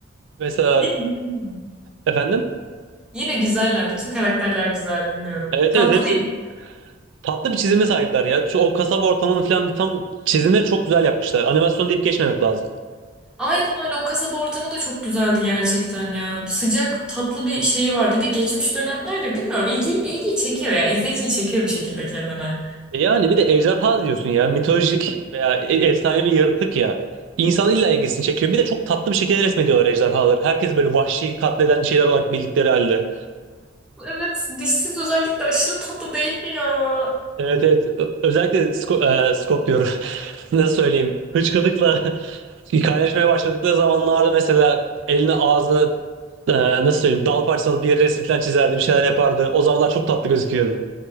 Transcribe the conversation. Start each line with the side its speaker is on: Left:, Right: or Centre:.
Right: Mesela
Centre: Yine, güzel.
Right: efendim.
Centre: yine güzeller. Bütün karakterler güzel bilmiyorum.
Right: Evet
Centre: Tatlı
Right: evet hepsinin
Centre: bir
Right: tatlı bir çizime sahipler ya. Şu- O kasaba ortamını falan tam çizimleri çok güzel yapmışlar. Animasyon deyip geçmemek lazım.
Centre: Aynen öyle o kasaba ortamı da çok güzeldi gerçekten ya. Sıcak tatlı bir şeyi var. Bir de geçmiş dönemlerde bilmiyorum ilgi, ilgiyi çekiyor ya. İzleyiciyi çekiyor bir şekilde kendine.
Right: E Yani bir de ejderha diyorsun ya. Mitolojik veya e- efsane bir yaratık ya. İnsanın illa ilgisini çekiyor. Bir de çok tatlı bir şekilde resmediyorlar ejderhaları. Herkes böyle vahşi katleden şeyler olarak bildikleri halde.
Centre: Evet dişsiz özellikle aşırı tatlı değil mi ya?
Right: Evet evet. Ö- Özellikle Sco- e, Scott diyorum. <laughs> Nasıl söyleyeyim? Hıçkırıkla <laughs> kaynaşmaya başladıkları zamanlarda mesela eline ağzına e, nasıl söyleyeyim dal parçalı bir yere resim falan çizerdi. Bir şeyler yapardı. O zamanlar çok tatlı gözüküyordu.